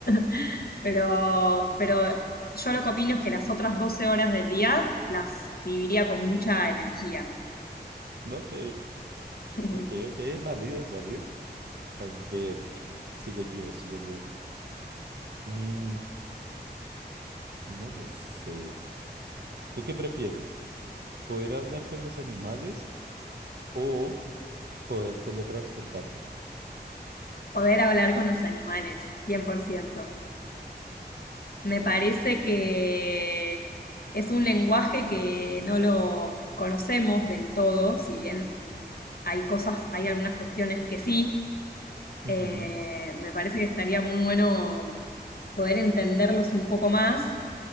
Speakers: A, on the left; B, on the right.
A: <laughs> Pero, pero yo lo que opino es que las otras 12 horas del día las viviría con mucha energía.
B: ok,
A: <laughs>
B: ok, ok, es válido, es válido. A ver, ¿qué? Sigo yo, sigo yo. Mm, no lo sé. ¿Tú qué prefieres? ¿Poder hablar con los animales o poder teletransportarte?
A: Poder hablar con los animales, 100%. Me parece que es un lenguaje que no lo conocemos del todo, si bien hay cosas, hay algunas cuestiones que sí.
B: Ujú,
A: eh, me parece que estaría muy bueno poder entenderlos un poco más